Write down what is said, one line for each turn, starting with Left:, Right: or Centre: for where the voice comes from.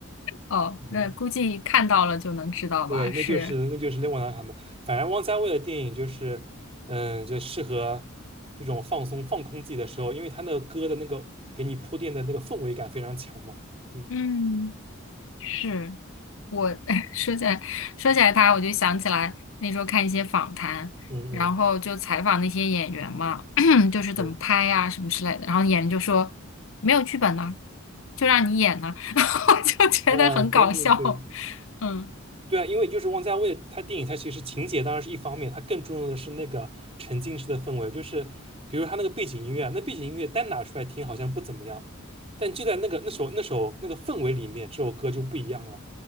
Left: 哦，
Right: 嗯。
Left: 那估计看到了就能知道吧？
Right: 对，那就是那就是汪洋他们，
Left: 是，
Right: 反正汪家卫的电影就是，嗯，就适合这种放松、放空自己的时候，因为他那个歌的那个给你铺垫的那个氛围感非常强嘛。嗯
Left: 嗯。是我 <laughs> 说起来说起来他，我就想起来那时候看一些访谈，
Right: 嗯嗯，
Left: 然后就采访那些演员嘛，<clears throat> 就是怎么拍呀、
Right: 对，
Left: 什么之类的，然后演员就说没有剧本呢、就让你演呢、<laughs> 然后我就觉得很搞笑。
Right: 啊，对对对
Left: 嗯，
Right: 对啊，因为就是汪家卫他电影，他其实情节当然是一方面，他更注重的是那个沉浸式的氛围，就是比如他那个背景音乐啊那背景音乐单拿出来听好像不怎么样，但就在那个那首那首那个氛围里面，这首歌就不一样了，